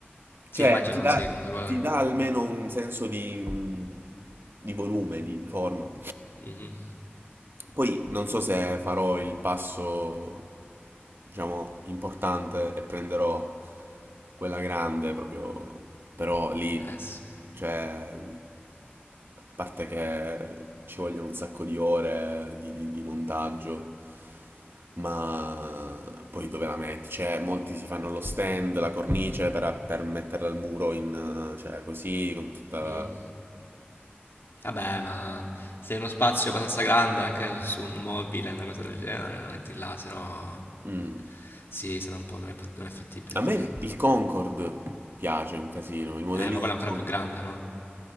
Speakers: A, on the left (about 75°); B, on the right (about 65°).
A: Sì,
B: cioè,
A: immagino
B: ti dà,
A: sì, con quei colori.
B: ti dà almeno un senso di, mm, di volume, di, di forma.
A: Mhm.
B: Poi non so se farò il passo, diciamo, importante e prenderò quella grande proprio, però lì,
A: Eh sì.
B: cioè, a parte che ci vogliono un sacco di ore di, di- di montaggio, ma poi dove la metti? Cioè, molti si fanno lo stand,
A: Mhm.
B: la cornice per, per metterla al muro in, eh, cioè, così, con tutta...
A: Mm. Vabbè, ma se in uno spazio abbastanza grande, anche su un mobile, una cosa del genere, la metti là, se no...
B: Mm.
A: Sì, se no un po' non è, fat- non è fattibile,
B: A
A: effettivamente.
B: me il, il Concorde piace un casino, il modellino
A: Eh, ma quello
B: del
A: è ancora
B: Concorde.
A: più grande, no?